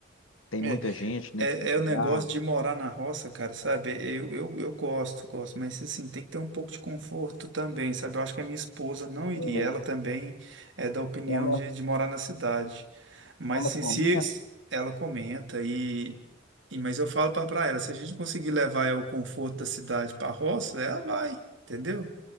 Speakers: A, on the left; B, on the right.
A: tem
B: É.
A: muita gente, né,
B: É,
A: pra
B: é
A: jogar,
B: o negócio de morar na roça, cara, sabe? Eu, eu, eu gosto, gosto, mas assim, tem que ter um pouco de conforto também, sabe? Eu acho que a minha esposa não iria,
A: É,
B: ela também é da opinião
A: ela,
B: de, de morar na cidade. Mas
A: ela
B: assim,
A: comenta
B: se es- ela comenta e, e mas eu falo pra, pra ela, se a gente conseguir levar o conforto da cidade pra roça, ela vai, entendeu?